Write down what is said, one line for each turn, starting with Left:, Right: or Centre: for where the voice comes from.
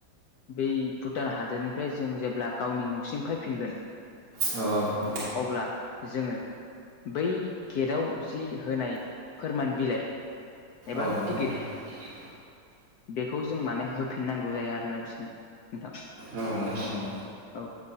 Left: बै भुटान हादोरनिफ्राय जों जेब्ला गावनि न'सिम फैफिनगोन।
Right: हायो आरो
Left: अब्ला जोङो बै गेटाव जि होनाय फोरमान बिलाइ एबा
Right: औ
Left: टिकेट
Right: नोंथां
Left: बेखौ जों माने होफिननांगौ जायो आरोना बिसोरनो नोंथां
Right: औ नोंथां औ नोंथां औ
Left: औ